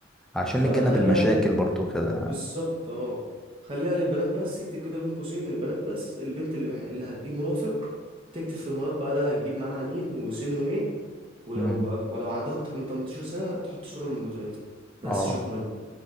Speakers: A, in the centre; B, on the right (about 30°).
A: عشان
B: فخليها
A: نتجنب المشاكل
B: لل...
A: برضو كده
B: بالظبط أه خليها للبنات بس اكتب كده بين قوسين للبنات بس البنت اللي مح... اللي هتجيب مرافق تكتب في المربع ده هتجيب معاها مين وسنه إيه ولو
A: امم
B: ولو عندها أكتر من 18 سنة تحط صورة من بطاقتها بس
A: اه
B: شكرا